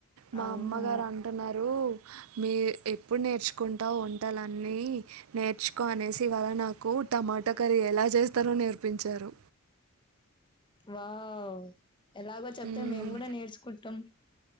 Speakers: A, on the right; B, on the left.
A: మా
B: అవునా
A: అమ్మ గారు అంటున్నారు మీర్ ఇప్పుడు నేర్చుకుంటా వంటాలన్ అన్నీ నేర్చుకో అనేసి ఇవాళ నాకు టమాట కర్రీ ఎలా చేస్తారో నేర్పించారు
B: వావ్ ఎలాగో చెప్తే
A: మ్మ్.
B: మేము గూడం నేర్చుకుంటాం